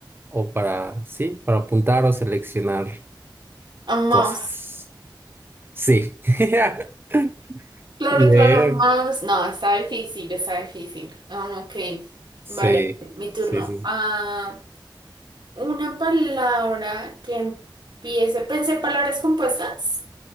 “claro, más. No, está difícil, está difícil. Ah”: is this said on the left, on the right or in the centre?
Right